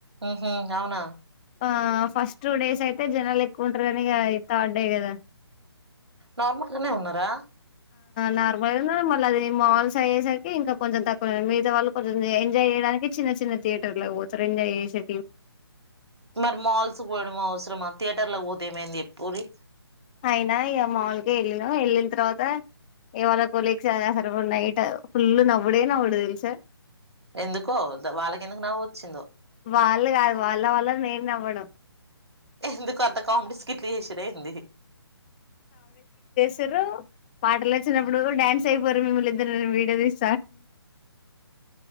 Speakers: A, on the right; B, on the left.
A: ఉహు అవునా
B: ఆ ఫస్ట్ టూ డేస్ అయితే జనాలు ఎక్కుంటారు అని థర్డ్ డే కదా
A: నార్మల్గానే ఉన్నారా
B: నార్మల్గా మళ్ళీ అది మాల్స్ అయ్యేసరికి ఇంకా కొంచెం తక్కువ మిగతా వాళ్ళు కొంచెం ఎంజాయ్ చేయడానికి చిన్న చిన్న థియేటర్లు పోతారు ఎంజాయ్ చేసేకి
A: మరి మాల్స్ పోడం అవసరమా థియేటర్ల పోతే ఏమైంది చేపూరి
B: అయినా ఇ మాల్ కె వెళ్ళిన వెళ్ళిన తర్వాత ఇవాళ కొలీగ్స్ నైట్ ఫుల్ నవ్వుడే నవ్వుడు తెలుసా
A: ఎందుకో వాళ్ళకెందుకు నవ్వు వచ్చిందో
B: వాళ్ళు కాదు వాళ్ళ వాళ్ళ నేను నావ్వడం
A: ఎందుకు అంత కామెడీ స్కిట్లు చేసిన్ర ఎంది
B: తురు పాటలు వచ్చినప్పుడు డాన్స్ చేయిపోన్రి మిముల్ ఇద్దరీ వీడియో తీస్